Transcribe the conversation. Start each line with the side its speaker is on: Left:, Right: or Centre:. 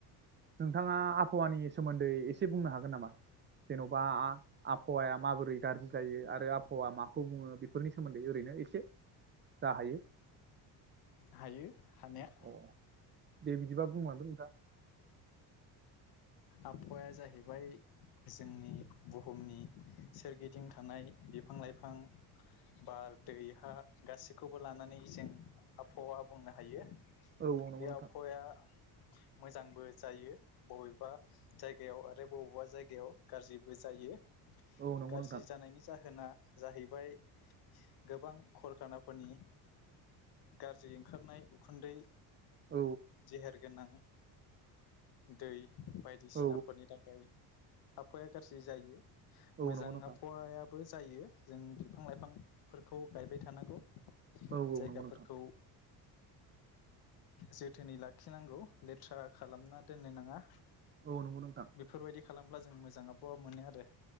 Right: नोंथाङा आबहावानि सोमोन्दै एसे बुंनो हागोन नामा जेन'बा आबहावाया माबोरै गाज्रि जायो आरो आबहावा माखौ बुङो बेफोरनि सोमोन्दै ओरैनो एसे जा हायो?
Left: हायो हानाया।
Right: अ दे बिदि बिदिबा बुंलांदो नोंथाङा।
Left: आबहावाया जाहैबाय जोंनि बुहुमनि सोरगिदिं थानाय बिफां-लाइफां, बार, दै, हा गासैखौबो लानानै जों आबहावा बुंनो हायो। बे
Right: औ औ नंगौ नोंथां
Left: आबहावाया मोजांबो जायो बबेबा जायगायाव आरो बबेबा जायगायाव गाज्रिबो जायो।
Right: औ नंगौ
Left: गाज्रि
Right: नोंथां
Left: जानायनि जाहो होना जाहैबाय गोबां खरखानाफोरनि गाज्रि ओंखारनाय उखुन्दै
Right: औ
Left: जेहेरगोनां दै बायदिसिनाफोरनि
Right: औ
Left: थाखाय आबफाया गाज्रि जायो।
Right: औ
Left: मोजां
Right: नंगौ नोंथां
Left: आबहावाया बो जायो जों बिफां लाइफांफोरखौ गायबाय थानांगौ।
Right: औ
Left: जायगाफोरखौ
Right: औ नंगौ नोंथां
Left: जोथोनै लाखिनांगौ लेथ्रा खालामना दोननो नाङा।
Right: औ नंगौ नोंथां
Left: बेफोरबायदि खालामब्ला जों मोजां आबहावा मोनो आरो।